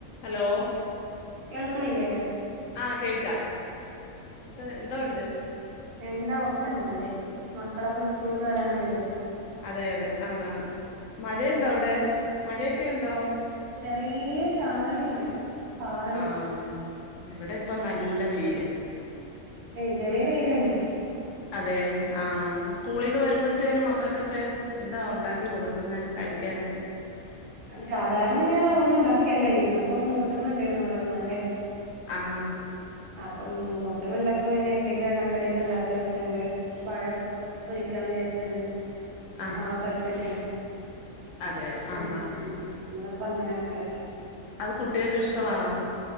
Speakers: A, on the left; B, on the right.
A: Hello
B: കേൾക്ക്ണില്ലേ
A: ആ കേൾക്കാം ത് ന്തോ ഉണ്ട്
B: എന്താ ഒക്കെ നല്ലെ മക്കളൊക്കെ സ്കൂൾട്ട് വരാനായില്ലേ
A: അതെ അതെ ആന്നാന്ന് മഴയുണ്ടോ
B: ഉം
A: അവ്ടെ മഴയൊക്കെ ഉണ്ടോ
B: ചെറിയ ചാറല്ണ്ട് പാറല്
A: ആഹ് ഇവിടെ ഇപ്പം നല്ല വെയ്ല്
B: എ ഇതരെ വെയ്ലെന്നെ
A: അതേ ആ സ്കൂളീന്ന് വര്മ്പഴ ത്തേനും മക്കൾക്കൊക്കെ എന്താ ഒണ്ടാക്കി കൊട്ക്ക്ന്നെ കഴിക്കാനെക്കെ
B: സാധാരണ ഞാൻ ഒന്നും ഉണ്ടാക്കേല്ല ഇന്നിപ്പം മൂത്തമ്മ ഉണ്ടേര്ന്നുവെടെ മ്മാന്റെ
A: ആഹാ
B: അപ്പം മൂത്ത വല്ലപ്പോയ്ന്നെ എത്തേലും എണ്ണക്കടിയൊക്കെണ്ടാക്കാച്ചാണ്ട് പഴം പൊരിക്കാന്ന് വിചാര്ച്ചാണ്ട്
A: ആഹ്
B: മാവൊക്കെ അരച്ച് വെച്ച്ണ്
A: അതെയോ ആഹാ
B: ഉം ഉം ഇന്ന്പ്പം അങ്ങനാക്കാര്ച്ച്
A: അത് കുട്ട്യേക്ക് ഇഷ്ടമാണോ?